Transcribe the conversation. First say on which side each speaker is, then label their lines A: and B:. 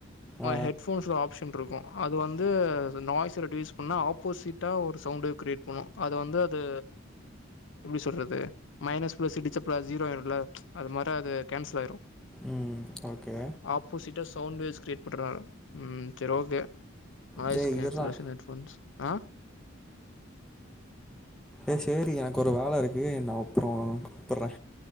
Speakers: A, in the centre; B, on the left.
A: ஆ
B: ஹெட்போன்ஸ்ல ஆப்ஷன் இருக்கு அது வந்து நாய்ஸ் ரெட்யூஸ் பண்ணா ஆப்போசிட்டா ஒரு சவுண்ட்டு கிரியேட் பண்ணு அது வந்து அது எப்டி சொல்றது மைனஸ் பிளஸ் இடிச்ச பிளஸ் ஜீரோ ஆயிடும்ல அது மாரி அது கேன்சல் ஆயிரு
A: ம் ஓகே.
B: ஆப்போசிட்டா சவுண்ட் க்ரேஸ் கிரியேட் பண்றா உம் சரி ஓகே நாய்ஸ்
A: டேய்
B: கேன்சரேஷன்
A: இருடா.
B: ஹெட்ஃபோன்ஸ் ஆஹ்
A: எ சேரி எனக்கு ஒரு வேல இருக்கு நா அப்றோ கூப்பட்ற